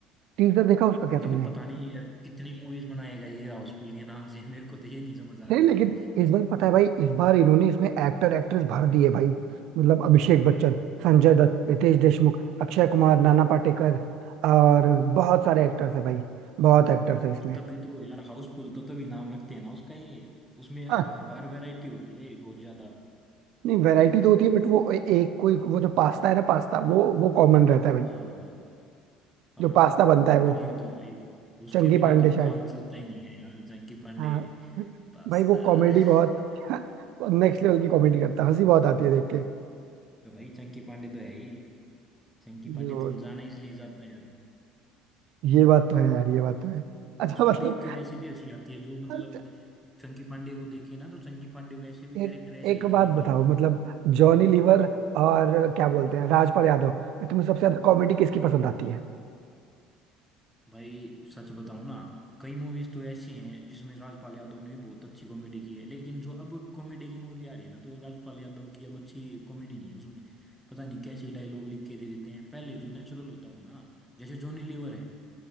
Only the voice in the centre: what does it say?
लेकिन
पता नहीं यार कितनी मूवीज बनाएगा ये हाउसफुल के नाम से <laughs> मेरे को तो ये नहीं समझ आ
रहा भाई
तभी तो यार हाउसफुल तो तभी नाम रखते हैं ना उसका ये उसमें
हर बार वैरायटी होती है बहुत ज्यादा
हाँ हाँ
ये तो भाई उसके
बिना
तो
काम चलता ही नहीं है यार चंकी पांडे
पास्ता
<laughs>
भाई चंकी पांडे तो है ही चंकी
पांडे तो जाना इसलिए जाता है यार
उसको
देख के वैसे भी हंसी आती है जो मतलब
चंकी पांडे को देखे ना तो चंकी पांडे वैसे भी कैरेक्टर
ऐसा
है जोली
टाइप का
भाई सच बताऊं ना कई मूवीज तो ऐसी हैं जिसमें राजपाल यादव ने भी बहुत अच्छी कॉमेडी की है लेकिन जो अब कॉमेडी की मूवी आ रही है ना तो राजपाल यादव की अब अच्छी कॉमेडी नहीं है उसमें पता नहीं कैसे डायलॉग लिख के दे देते हैं पहले जो नेचुरल होता था ना जैसे जॉनी लीवर है